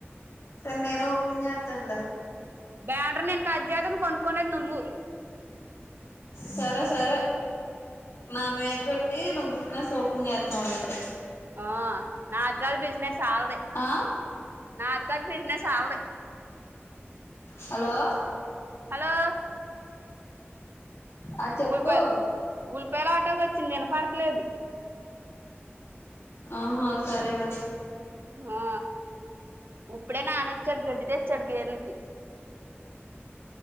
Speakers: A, on the left; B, on the right.
A: సర నేను ఓపుతాంద
B: బ్యానర్ నేను కటచేస్తా కొనుక్కొనేది నువ్వు
A: సరే సరే నా మీద పెట్టి నువ్వు బిజినెస్ ఓపెన్ చేస్తున్నావు అయితే
B: ఆఓ నాది కాదు బిజినెస్ వాళ్ళది
A: ఆ
B: నాదికాదు బిజినెస్ వాళ్ళది
A: హలో
B: హలో
A: ఆ చెప్పు
B: ఉలిపాయల ఉల్లిపాయల ఆటో వచ్చింది వినపడలేదు
A: ఆహా సరేలే
B: ఆ ఇప్పుడే నాన్న వచ్చాడు గడ్డి తెచ్చాడు గేదాలకు